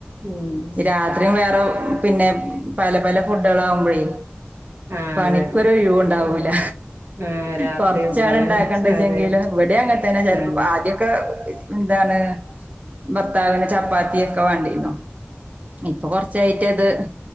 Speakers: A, on the right; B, on the right.
A: ഉം
B: ഈ രാത്രിയമ്മള് ഏറോ പിന്നെ പല പല ഫുഡുകളാവുമ്പഴേ
A: ആഹ്
B: പണിക്കൊരു
A: അതെ
B: ഒഴിവുണ്ടാവൂല.
A: ആഹ് രാത്രിയും
B: കൊർച്ചാണ്
A: പകലും
B: ഇണ്ടാക്കണ്ടച്ചങ്കിലും
A: അതെ
B: വട്യും അങ്ങൻത്തന്നെ ചെലപ്പോ
A: ആഹ്
B: ആദ്യം. ക്ക ന്താണ് ഭർത്താവിന് ചപ്പാത്തിയൊക്കെ വാണ്ട്യേരും ഇപ്പൊ കൊർച്ചായിട്ടത്